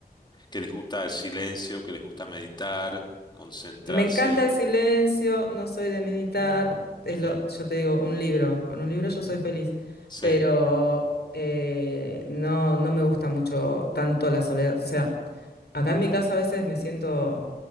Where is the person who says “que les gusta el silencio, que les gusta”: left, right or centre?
Left